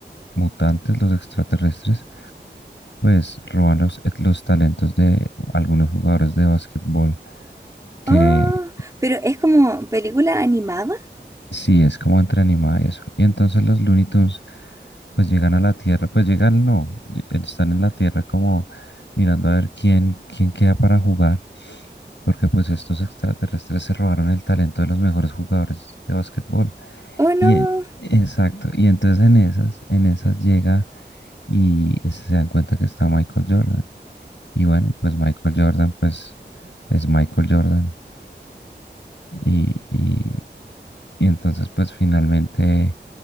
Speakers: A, on the left; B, on the right.
A: mutantes, los extraterrestres, pues roban los, eh, los talentos de algunos jugadores de básquetbol que
B: Oh, pero es como película animada.
A: sí es como entre animada y eso. Y entonces los Looney Tunes pues llegan a la Tierra, pues llegan no, lle- eh, están en la Tierra como mirando a ver quién, quién queda para jugar, porque pues estos extraterrestres se robaron el talento de los mejores jugadores de básquetbol.
B: Oh, no.
A: Y en- exacto, y entonces en esas, en esas llega y se dan cuenta que está Michael Jordan. Y bueno, y pues Michael Jordan, pues es Michael Jordan. Y, y, y entonces, pues finalmente